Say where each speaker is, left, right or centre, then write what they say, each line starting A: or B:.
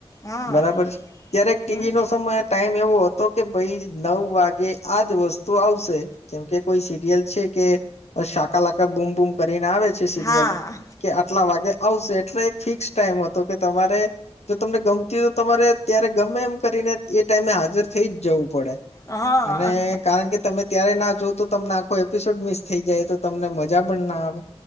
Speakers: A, on the left; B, on the left.
A: હા
B: બરાબર છે, ત્યારે ટીવી
A: હમ
B: નો- સમય ટાઈમ એવો હતો કે ભાઈ નવ વાગે- આજ વસ્તુ આવશે, જેમ કે કોઈ સિરિયલ છે કે શાકાલાાકા બૂમ બૂમ કરી આવે છે સિરિયલ,
A: હા
B: કે આટલા વાગે આવશે એટલે એક ફિક્સ ટાઈમ હતો કે તમારે, જો તમને ગમતી હોય તો તમારે ત્યારે ગમે એમ કરીને એ ટાઈમે હાજર થઈ જ જવું પડે,
A: હા
B: અને
A: હા
B: કારણ કે તમે ત્યારે ના જો તો તમને આખો એપિસોડ મિસ થઈ જાય તો તમને મજા પણ ના આવે.